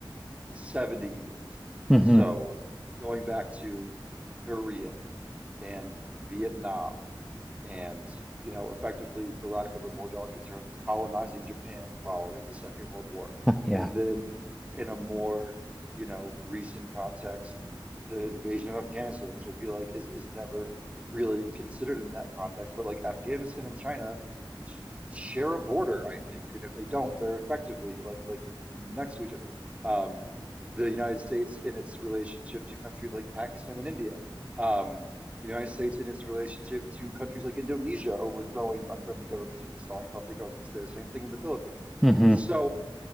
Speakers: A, on the right; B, in the centre.
A: 70 years.
B: Mm-hmm.
A: So going back to Korea and Vietnam and you know effectively for lack of a more delicate term colonizing Japan following the Second World War
B: Yeah.
A: and then in a more you know recent context the invasion of Afghanistan which I feel like is is never really considered in that context but like Afghanistan and China sh share a border I think and if they don't they're effectively like like next to each other um the United States in its relationship to countries like Pakistan and India Um, the United States in its relationship to countries like Indonesia, overthrowing unfriendly governments and installing puppet governments there. Same thing in the Philippines.
B: Mm-hmm.
A: So